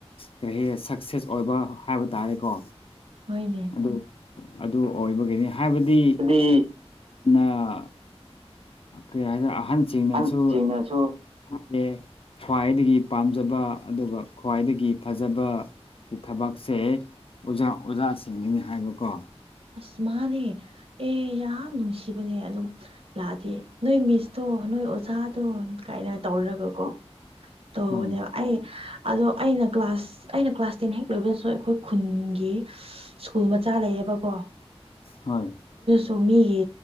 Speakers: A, on the left (about 60°); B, on the right (about 60°).
A: ꯀꯔꯤ ꯍꯥꯏ ꯁꯛꯁꯦꯁ ꯑꯣꯏꯕ ꯍꯥꯏꯕ ꯇꯥꯔꯦꯀꯣ
B: ꯍꯣꯏꯅꯦ
A: ꯑꯗꯨ ꯑꯗꯨ ꯑꯣꯏꯕꯒꯤꯅꯤ ꯍꯥꯏꯕꯗꯤ
B: ꯍꯥꯏꯗꯤ
A: ꯑ ꯀꯩ ꯍꯥꯏꯔꯦ ꯑꯍꯟꯁꯤꯡꯅꯁꯨ
B: ꯑꯍꯟꯁꯤꯡꯅꯁꯨ
A: ꯍꯥꯏꯦ ꯈ꯭ꯋꯥꯏꯗꯒꯤ ꯄꯥꯝꯖꯕ ꯑꯗꯨꯒ ꯈ꯭ꯋꯥꯏꯗꯒꯤ ꯐꯖꯕ ꯊꯕꯛꯁꯦ ꯑꯣꯖꯥ ꯑꯣꯖꯥꯁꯤꯡꯅꯤ ꯍꯥꯏꯕꯀꯣ
B: ꯑꯁꯃꯅꯦ ꯑꯦ ꯌꯥꯝ ꯅꯨꯡꯁꯤꯕꯅꯦ ꯑꯗꯨꯝ ꯂꯥꯛꯑꯗꯦ ꯅꯣꯏ ꯃꯤꯁꯇꯣ ꯅꯣꯏ ꯑꯣꯥꯗꯣ ꯀꯥꯏꯅ ꯇꯧꯔꯒꯀꯣ ꯇꯧꯕꯅꯦꯕ
A: ꯍꯣꯏ
B: ꯑꯩ ꯑꯗꯣ ꯑꯩꯅ ꯀ꯭ꯂꯥꯁ ꯑꯩꯅ ꯀ꯭ꯂꯥꯁ ꯇꯦꯟ ꯍꯦꯛ ꯂꯣꯏꯕꯗꯁꯨ ꯑꯩꯈꯣꯏ ꯈꯨꯟꯒꯤ ꯁ꯭ꯀꯨꯜ ꯃꯆꯥ ꯂꯩꯌꯦꯕꯀꯣ
A: ꯍꯣꯏ
B: ꯑꯣ ꯃꯤꯒꯤ